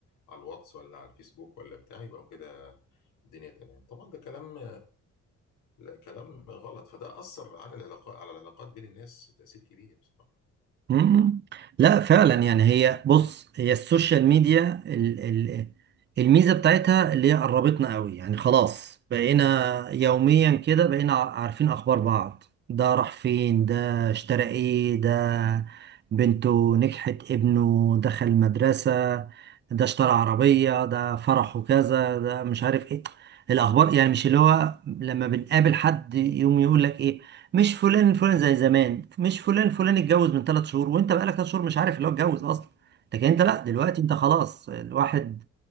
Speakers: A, on the left (about 85°); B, on the right (about 35°).
A: على الواتس ولا على الفيسبوك ولا بتاع يبقى كده الدنيا تمام طبعا ده كلام لا كلام غلط فده اثر على العلاقات على العلاقات بين الناس تاثير كبير بصراحه
B: مم. لا فعلا يعني هي بص هي السوشيال ميديا ال ال الميزة بتاعتها اللي هي قربتنا قوي يعني خلاص بقينا يوميا كده بقينا ع- عارفين أخبار بعض ده راح فين ده اشترى ايه ده بنته نجحت ابنه دخل مدرسة ده اشترى عربية ده فرحه كذا ده مش عارف ايه الأخبار يعني مش اللي هو لما بنقابل حد يوم يقول لك ايه مش فلان فلان زي زمان مش فلان فلان اتجوز من ثلاث شهور وانت بقالك ثلاث شهور مش عارف اللي هو اتجوز اصلا لكن انت لا دلوقتي انت خلاص الواحد